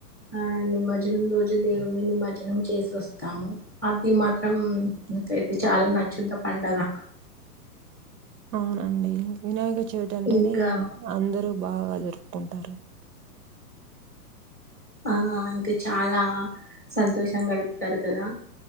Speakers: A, in the centre; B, on the right (about 85°).
A: ఆ నిమర్జనం రోజు దేవున్ణి నిమర్జనం చేసి వస్తాము అది మాత్రం నాకైతే చాల నచ్చుది ఆ పండుగ
B: అవునండి వినాయక చవితి అంటేనే
A: ఇంకా
B: అందరు బాగా జరుపుకుంటారు
A: ఆ ఇంకా చాలా సంతోషం గడుపుతారు కదా